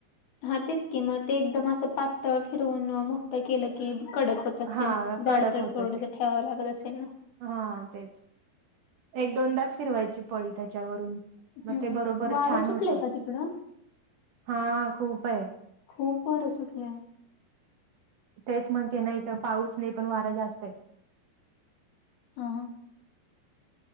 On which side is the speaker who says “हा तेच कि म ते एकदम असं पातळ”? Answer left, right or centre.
Left